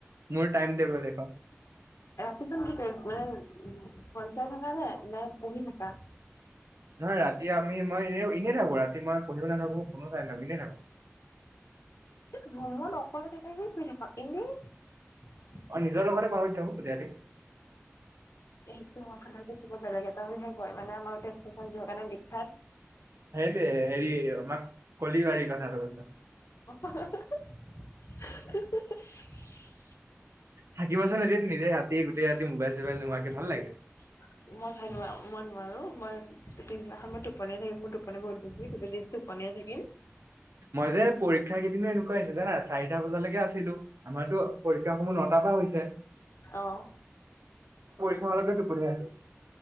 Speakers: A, on the right; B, on the left.
A: মোৰ টাইম টেবুল সেইখন।
B: তখন কি কৰি মানে ফোন চাই থাকা নে, নে পঢ়ি থাকা?
A: নহয় ৰাতি আমি মই এনে এনেই থাকো ৰাতি মই পঢ়িব নাথাকো ফুন চাই নথাকো এনেই থাকো। <inaudible>
B: ৰুমত অকলে থাকে এনে শুই থাকক এনেই
A: অ নিজৰ লগতে কথা পাতি থাকো গোটেই ৰাতি
B: এইটো আমাৰ ফালে যে কিবা বেলেগ এটা বুলি ভাবিব মানে আমাৰ তেজপুৰখন যিহৰ কাৰণে বিখ্যাত।
A: সেইটোৱে হেৰি আমাক কলী বাৰীৰ কথাটো কৈ
B: হা হা হু হু হু
A: থাকিবাচোন এদিন নিজে গোটেই ৰাতি মোবাইল চোবাইল
B: মই
A: নোহোৱাকে ভাল লাগে
B: ভাল মই নোৱাৰো। মই পিছদিনাখন মই টোপনীয়াই থাকিম মোৰ টোপনি বহুত বেছি গোটেই দিন টোপনিয়াই থাকিম
A: মই যে পৰীক্ষা কেইদিনো এনেকোৱা আছিলো জানা চাৰিটা বজালৈকে আছিলো। আমাৰতো পৰীক্ষা সমূহ নটাৰ পৰা হৈছে
B: অহ
A: হলতে টোপনিয়াই আছো